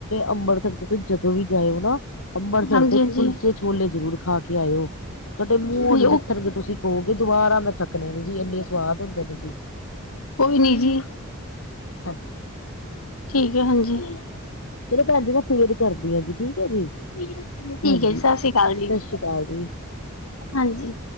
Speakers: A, on the left; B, on the left.
A: ਅੰਮ੍ਰਿਤਸਰ ਚਸੀ ਜਦੋਂ ਵੀ ਜਾਇਓ ਨਾ ਅੰਮਬਰਸਰ
B: ਹਾਂਜੀ
A: ਦੇ ਕੁਲਚੇ
B: ਹਾਂਜੀ
A: ਛੋਲੇ ਜ਼ਰੂਰ ਖਾ ਕੇ ਆਇਓ ਤੁਹਾਡੇ ਮੂੰਹ
B: ਹਾਂਜੀ
A: ਨੀ ਲੱਥਣਗੇੇ
B: ਉਹ
A: ਤੁਸੀਂ ਕਹੋਗੇ ਦੁਬਾਰਾ ਮੈਂ ਚਕਣੇ ਨੇ ਜੀ ਇੰਨੇ ਸਵਾਦ ਹੁੰਦੇ ਨੇ ਜੀ
B: ਕੋਈ ਨੀ ਜੀ,
A: ਹਾਂਜੀ
B: ਠੀਕ ਹੈ ਹਾਂਜੀ
A: ਚਲੋ ਭੈਣਜੀ ਮੈਂ ਫਿਰ ਕਰਦੀ ਹਾਂ ਜੀ ਠੀਕ ਹੈ ਜੀ
B: ਠੀਕ
A: ਹਾਂਜੀ,
B: ਹੈ ਜੀ
A: ਸਤਿ
B: ਸ੍ਰੀ ਅਕਾਲ ਜੀ
A: ਸ਼੍ਰੀ ਅਕਾਲ ਜੀ।
B: ਹਾਂਜੀ